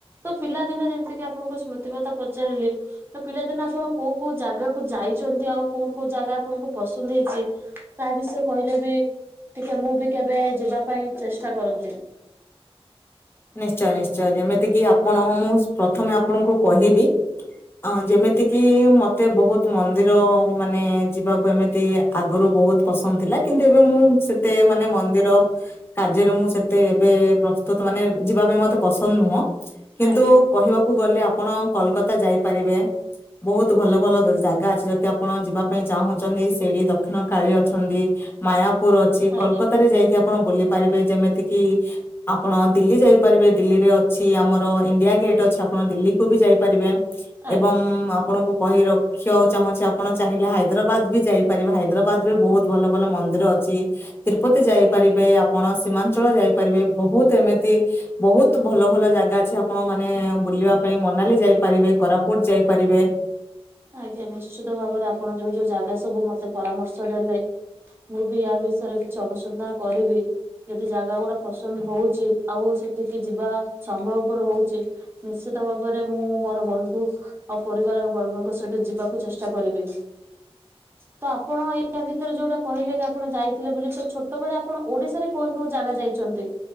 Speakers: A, on the right; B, on the left.
A: ତ ପିଲାଦିନ ଯେମିତି କିି ଆପଣଙ୍କ ସ୍ମୁ କଥା ପଚାରିଲି ତ ପିଲାଦିନେ ଆପଣ କୋଉ କୋଉ ଜାଗାକୁ ଯାଇଛନ୍ତି ଆଉ କୋଉ କୋଉ ଜାଗା ଆପଣଙ୍କୁ ପସନ୍ଦ ହେଇଛି ତା ବିଷୟରେ କହିଲେ ବି ଟିକେ ମୁଁ ବି କେବେ ଯିବା ପାଇଁ ଚେଷ ଷ୍ଟା କରନ୍ତି।
B: ନିଶ୍ଚୟ ନିଶ୍ଚୟ ଯେମିତିକି ଆପଣ ମୁଁ ପ୍ରଥମେ ଆପଣଙ୍କୁ କହିବି। ଅ ଯେମିତି କିି ମତେ ବହୁତ ମନ୍ଦିର ମାନେ ଯିବାକୁ ଏମିତି ଆଗରୁ ବହୁତ ପସନ୍ଦ ଥିଲା କିନ୍ତୁ ଏବେ ମୁଁ ସେତେ ମାନେ ମନ୍ଦିର କାର୍ଯ୍ୟରେ ମୁଁ ସେତେ ଏବେ ପ୍ରସ୍ତୁତ ମାନେ ଯିବା ପାଇଁ ମତେ ପସନ୍ଦ ନୁହଁ। କିନ୍ତୁ
A: ଆଜ୍ଞା
B: କହିବାକୁ କୁଗଲେ ଆପଣ କୋଲକାତା ଯାଇପାରିବେ। ବହୁତ ଭଲ ଭଲ ଜାଗା ଅଛି। ଯଦି ଆପଣ ଯିବା ପାଇଁ ଚାହୁଁଛନ୍ତି ସେଇଠି ଦକ୍ଷିଣ କାଳି ଅଛନ୍ତି। ମାୟାପୁର ଅଛି।
A: ଆଜ୍ଞା।
B: କୋଲକତାରେ ଯାଇକି ଆପଣ ବୁଲି ପାରିବେ ଯେମିତି କିି ଆପଣ ଦିଲ୍ଲୀ ଯାଇପାରିବେ। ଦିଲ୍ଲୀରେ ଅଛି ଆମର ଇଣ୍ଡିଆ ଗେଟ୍ ଅଛି। ଆପଣ ଦିଲ୍ଲୀକୁୁ ବି ଯାଇପାରିବେ।
A: ଆଜ୍ଞା
B: ଏବଂ ଆପଣଙ୍କୁ କହି ରଖିବାକୁ ଚାହୁଁଛି ଆପଣ ଚାହିଁଲେ ହାଇଦ୍ରାବାଦ ବି ଯାଇପାରିବେ। ହାଇଦ୍ରାବାଦ ବି ବହୁତ ଭଲ ଭଲ ମନ୍ଦିର ଅ ଛି, ତିରୁପତି ଯାଇପାରିବେ ଆପଣ ସୀମାଞ୍ଚଳ ଯାଇପାରିବେ ବହୁତ ଏମ ତି ବହୁତ ଭଲ ଭଲ ଜାଗା ଅଛି ଆପଣ ମାନେ ବୁଲିବା ପାଇଁ ମନାଲି ଯାଇପାରିବେ। କୋରାପୁଟ ଯାଇପାରିବେ।
A: ଆଜ୍ଞା ନିଶ୍ଚିତ ଭାବରେ ଆପଣ ଯୋଉ ଯୋଉ ଜାଗା ସବୁ ମତେ ପରାମର୍ଶ ଦେଲେ। ମୁଁ ବି ୟା ବିଷୟରେ କିଛି ଅନୁସନ୍ଧାନ କରିବି। ଯଦି ଜାଗାଗୁଡା ପସନ୍ଦ ହଉଚି ଆଉ ସେଠିକି ଯିବା ସମ୍ଭବପର ହଉଛି ନିଶ୍ଚି ତ ଭାବରେ ମୁଁ ମୋର ବନ୍ଧୁ ଆଉ ପରିବାର ବର୍ଗଙ୍କ ସ ସହିତ ଯିବାକୁ ଚେଷ୍ଟା କରିବି। ତ ଆପଣ ୟା ଭିତରେ ଯୋଉଟା କହିଲେ କି ଆପଣ ଯାଇଥିଲେ ବୋଲି ତ ଛୋଟବେେଳେ ଆପଣ ଓଡିଶାରେ କୋଉ କୋଉ ଜାଗା ଯାଇଛନ୍ତି